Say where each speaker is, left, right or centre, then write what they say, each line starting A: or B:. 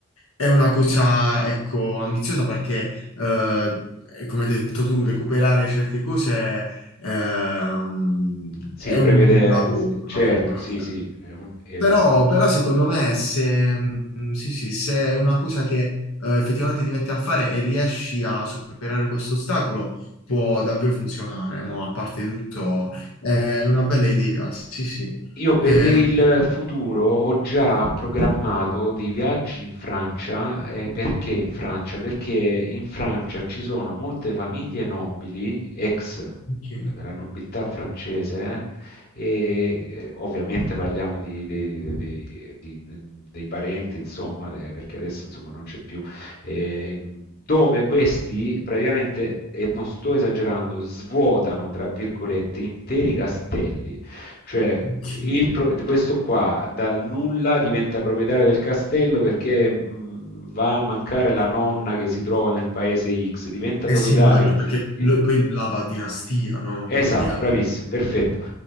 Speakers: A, on the left; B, on the left.
A: è una cosa, ecco, ambiziosa perché, eh, come hai detto tu, recuperare certe cose, ehm,
B: Sì,
A: è
B: prevede,
A: un lavoro, un
B: certo,
A: lavoro.
B: sì,
A: cioè.
B: sì, è un- esatto.
A: Però, però secondo me se, mm, sì, sì, se è una cosa che eh, effettivamente ti metti a fare e riesci a superare questo ostacolo, può davvero funzionare, ma a parte tutto è una bella idea, sì, sì.
B: Io per
A: Eh,
B: il futuro ho già programmato dei viaggi in Francia, eh, perché in Francia? Perché in Francia ci sono molte famiglie nobili, ex eh,
A: ok,
B: della nobiltà francese, eh, e eh, ovviamente parliamo di- dei dei- di- dei parenti, insomma, de- perché adesso insomma, non c'è più, ehm, dove questi praticamente, e non sto esagerando, svuotano, tra virgolette, interi castelli. Cioè,
A: ok.
B: il pro- questo qua dal nulla diventa proprietario del castello perché mh, va a mancare la nonna che si trova nel paese X, diventa
A: Eh
B: proprietario.
A: sì, immagino, perché
B: Eh,
A: lo- poi la va a dinastia, no?
B: Esatto,
A: Quindi alla
B: bravissimo,
A: fine...
B: perfetto.